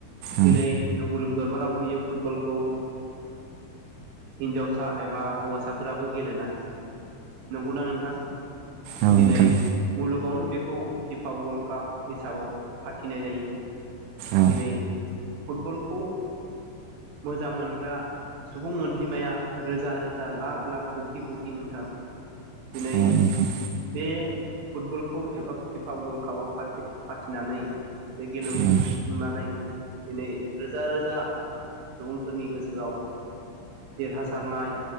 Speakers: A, on the right; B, on the right.
A: औ
B: दिनै जोङो मुलुग दरबाराव नुयो फुटबलखौ हिन्जावसा एबा हौवासाफोराबो गेलेनाय। नंगौना नोंथां?
A: औ नोंथां
B: दिनै मुलुगावनो बेखौ फिफा वर्ल्ड काप हिसाबाव फाथिनाय जायो।
A: औ
B: दिनै फुटबलखौ मोजां मोनग्रा सुबुं अनजिमाया रोजा रोजा लाख लाख खौथि खौथि नोंथां। दिनै
A: अ नोंथां।
B: बे फुटबलखौ एबा फिफा वर्ल्ड कापाव फाथि फाथिनानै बे गेलेमुखौ
A: उम औ
B: खुंनानै दिनै रोजा रोजा सुबुंफोरनि गोसोआव देरहासारनाय